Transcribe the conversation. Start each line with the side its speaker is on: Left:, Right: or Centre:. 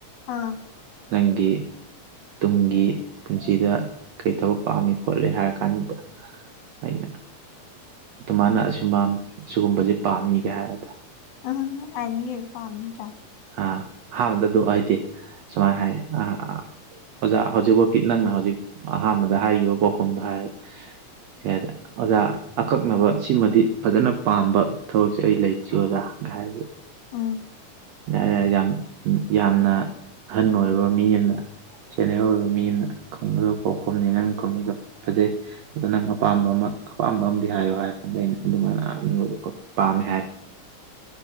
Left: ꯑꯥ
Right: ꯅꯪꯒꯤ ꯇꯨꯡꯒꯤ ꯄꯨꯟꯁꯤꯗ ꯀꯩ ꯊꯕꯛ ꯄꯥꯝꯃꯤ ꯈꯣꯠꯂꯤ ꯍꯥꯏꯔ ꯀꯥꯟꯁꯤꯗ ꯑꯩ ꯑꯗꯨꯃꯥꯏꯅ ꯑꯁꯤꯒꯨꯝꯕ ꯁꯤꯒꯨꯝꯕꯁꯤ ꯄꯥꯝꯃꯤꯒ ꯍꯥꯏꯔ
Left: <unintelligible>
Right: ꯑ ꯑꯍꯥꯟꯕꯗ ꯑꯗꯨ ꯑꯩꯗꯤ ꯁꯨꯃꯥꯏꯅ ꯍꯥꯏꯔꯦ ꯑ ꯑꯣꯖꯥ ꯍꯧꯖꯤꯛꯐꯧꯇꯤ ꯅꯪꯅ ꯍꯧꯖꯤꯛ ꯑꯍꯥꯟꯕꯗ ꯍꯥꯏꯈꯤꯕ ꯄꯥꯎꯈꯨꯝꯗꯣ ꯍꯥꯏ ꯀꯩ ꯍꯥꯏ ꯑꯣꯖꯥ ꯑꯀꯛꯅꯕ ꯁꯤꯃꯗꯤ ꯐꯖꯅ ꯄꯥꯝꯕ ꯊꯕꯛꯁꯦ ꯑꯩ ꯂꯩꯇ꯭ꯔꯤ ꯑꯣꯖꯥꯥ ꯀꯥꯏ
Left: ꯑꯥ
Right: ꯌꯥꯔꯦ ꯌꯥꯔꯦ ꯌꯥꯝ ꯌꯥꯝꯅ ꯑꯍꯟ ꯑꯣꯏꯔꯕ ꯃꯤ ꯑꯃꯅ ꯁꯦꯟꯅꯤꯌꯔ ꯑꯣꯏꯕ ꯃꯤ ꯑꯃꯅ ꯈꯨꯝꯒꯗꯕ ꯄꯥꯎꯈꯨꯝꯅꯤ ꯅꯪ ꯈꯨꯝꯃꯤꯗꯣ ꯐꯖꯩ ꯑꯗꯣ ꯅꯪ ꯑꯄꯥꯝꯕ ꯑꯃ ꯑꯄꯥꯝꯕ ꯑꯝꯗꯤ ꯍꯥꯏꯌꯣ ꯍꯥꯏꯔꯀꯥꯟꯗ ꯑꯩꯅ ꯑꯗꯨꯃꯥꯏꯅ ꯑꯥꯔꯃꯤ ꯑꯣꯏꯕ ꯄꯥꯝꯃꯦ ꯍꯥꯏ